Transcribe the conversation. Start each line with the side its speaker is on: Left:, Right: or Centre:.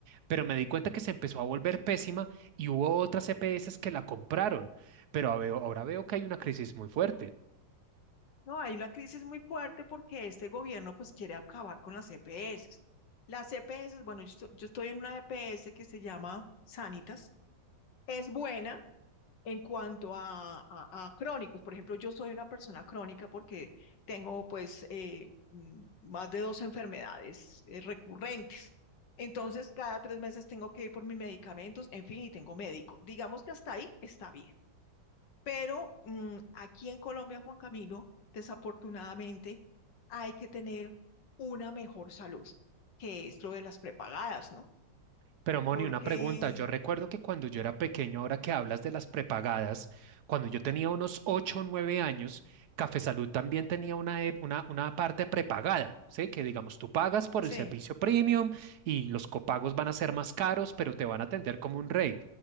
Right: pero me di cuenta que se empezó a volver pésima y hubo otras EPS que la compraron, pero a- veo- ahora veo que hay una crisis muy fuerte.
Left: No, hay una crisis muy fuerte porque este gobierno pues quiere acabar con las CPS. Las CPS, bueno, yo estoy, yo estoy en una EPS que se llama Sanitas. Es buena, En cuanto a, a- a crónicos, por ejemplo, yo soy una persona crónica porque tengo pues eh, mm, más de dos enfermedades eh, recurrentes. Entonces, cada tres meses tengo que ir por mis medicamentos, en fin, y tengo médico. Digamos que hasta ahí está bien. Pero mm, aquí en Colombia, Juan Camilo, desafortunadamente, hay que tener una mejor salud, que es lo de las prepagadas, ¿no?
Right: Pero Moni,
Left: Porque,
Right: una pregunta. Yo recuerdo que cuando yo era pequeño, ahora que hablas de las prepagadas, cuando yo tenía unos ocho o 9 años, Café Salud también tenía una, e- una, una parte prepagada, ¿sí? Que digamos, tú pagas por
Left: sí.
Right: el servicio premium y los copagos van a ser más caros, pero te van a atender como un rey.